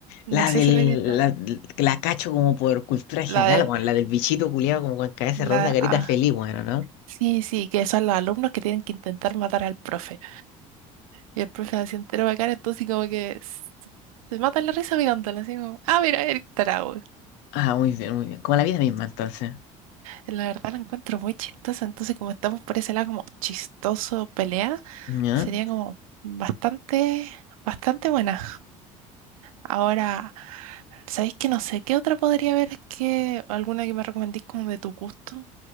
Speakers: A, on the right; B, on the left.
A: No
B: La
A: sé
B: del,
A: si la he visto.
B: la, la cacho como por cultura general,
A: La de,
B: weón. La del bichito culiado como con cabeza
A: la,
B: redonda, carita
A: ah,
B: feliz, bueno, ¿no?
A: sí, sí, que son los alumnos que tienen que intentar matar al profe. Y el profe se entero bacán, entonces como que s- se mata la risa mirándolo, así como, ah, mira, el tarado.
B: Ah, muy bien, muy bien. Como la vida misma, entonces.
A: La verdad la encuentro muy chistosa, entonces como estamos por ese lado como chistoso pelea,
B: ¿Ya?
A: sería como bastante, bastante buena. Ahora, ¿sabéis que no sé qué otra podría haber que alguna que me recomendéis como de tu gusto?